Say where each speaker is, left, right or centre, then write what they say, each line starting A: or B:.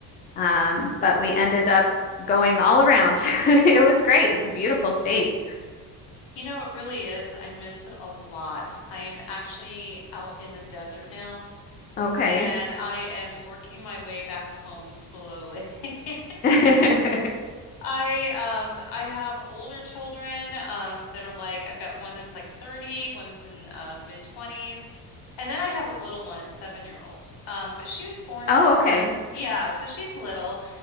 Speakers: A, on the left; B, on the left.
A: Um, but we ended up going all around. <laughs> It was great. It's a beautiful state.
B: You know, it really is. I miss it a lot. I am actually out in the desert now.
A: Okay.
B: and I am working my way back home slowly. <laughs>
A: <laughs>
B: I um I have older children um that are like I've got one that's like thirty, one that's in uh, mid 20s, and then I have a little one, a seven year old. Um, but she was born
A: Oh,
B: out here.
A: okay.
B: Yeah, so she's little.